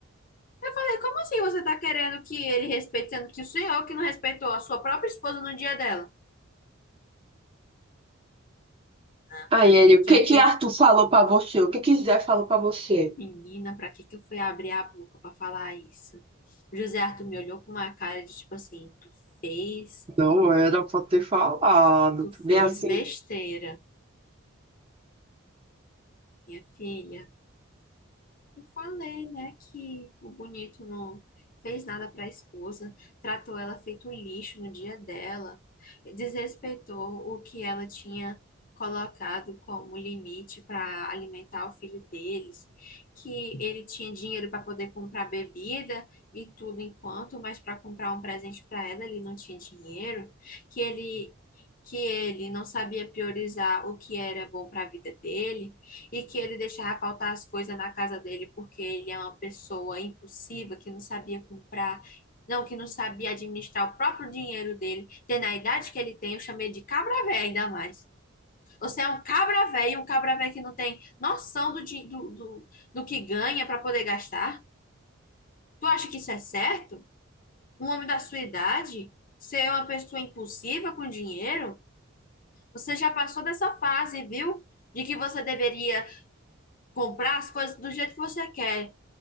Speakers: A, on the left; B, on the right.
A: Falei, como assim você tá querendo que ele respeite, sendo que o senhor que não respeitou a sua própria esposa no dia dela? Menina,
B: Aí
A: pra que
B: ele, o
A: que
B: que
A: eu fui...
B: que Arthur falou pra você? O que que Zé falou pra você?
A: Menina, pra que que eu fui abrir a boca pra falar isso? O José Arthur me olhou com uma cara de tipo assim, tu fez,
B: Não era pra ter falado.
A: tu
B: Bem
A: fez
B: assim.
A: besteira, minha filha. Eu falei, né, que o bonito não fez nada para a esposa, tratou ela feito um lixo no dia dela, desrespeitou o que ela tinha colocado como limite para alimentar o filho deles, que ele tinha dinheiro para poder comprar bebida e tudo enquanto, mas para comprar um presente para ela ele não tinha dinheiro, que ele que ele não sabia priorizar o que era bom para a vida dele e que ele deixava faltar as coisas na casa dele porque ele é uma pessoa impulsiva que não sabia comprar, não, que não sabia administrar o próprio dinheiro dele. Tendo a idade que ele tem, eu chamei de cabra véia ainda mais. Você é um cabra véia, um cabra véia que não tem noção do, do, do, do que ganha para poder gastar. Tu acha que isso é certo? Um homem da sua idade ser uma pessoa impulsiva com dinheiro? Você já passou dessa fase, viu? De que você deveria comprar as coisas do jeito que você quer,